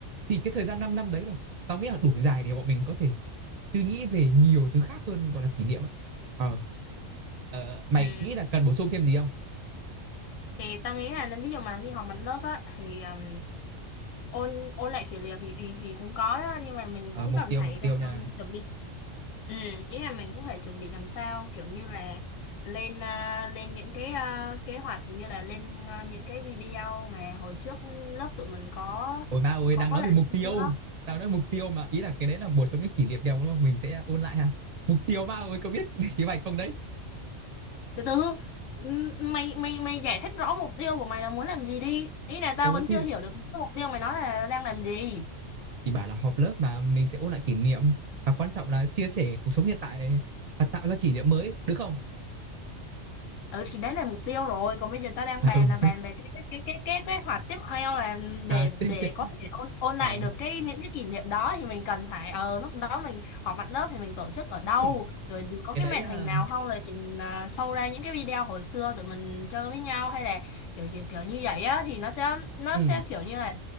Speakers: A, on the right (about 45°); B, on the left (about 85°).
A: thì cái thời gian 5 năm đấy rồi tao nghĩ là đủ dài để bọn mình có thể suy nghĩ về nhiều thứ khác hơn gọi là kỷ niệm á ờ Ờ, mày
B: Ừm,
A: nghĩ là cần bổ sung thêm gì không
B: thì ta nghĩ là nên ví dụ mà đi học mặt lớp á thì um, ôn ôn lại kiểu liều thì, thì thì cũng có đó nhưng mà mình
A: ờ
B: cũng
A: mục
B: cần
A: tiêu
B: phải
A: mục tiêu nha
B: um, chuẩn bị ừ, ý là mình cũng phải chuẩn bị làm sao kiểu như là lên à, lên những cái à, kế hoạch như là lên à, những cái video mà hồi trước lớp tụi mình có
A: ôi ma ơi
B: có
A: đang
B: có
A: nói
B: làm
A: về mục tiêu
B: cái đó
A: đang nói mục tiêu mà ý là cái đấy là một trong những kỷ niệm đẹp đúng không mình sẽ ôn lại ha mục tiêu ma ơi có biết <laughs> kế hoạch không đấy
B: từ từ m- mày mày mày giải thích rõ mục tiêu của mày là muốn làm gì đi ý là tao
A: ồ
B: vẫn
A: thì
B: chưa hiểu được cái mục tiêu mày nói là đang làm gì
A: thì bảo là họp lớp mà mình sẽ ôn lại kỷ niệm và quan trọng là chia sẻ cuộc sống hiện tại này và tạo ra kỷ niệm mới được không
B: ừ thì đấy là mục tiêu rồi còn bây giờ ta đang
A: à
B: bàn
A: ừ <laughs>
B: là bàn về cái cái cái cái cái kế hoạch tiếp theo là để
A: à tiếp
B: để
A: tiếp
B: có thể ôn ôn
A: ờ
B: lại được cái những cái kỷ niệm đó thì mình cần phải ờ lúc đó mình họp mặt lớp thì mình tổ chức ở đâu
A: ừm,
B: rồi có
A: cái
B: cái
A: đấy
B: màn
A: à
B: hình nào không rồi mình à, show ra những cái video hồi xưa tụi mình chơi với nhau hay là kiểu kiểu, kiểu như vậy á thì nó sẽ nó
A: ừ
B: sẽ kiểu như là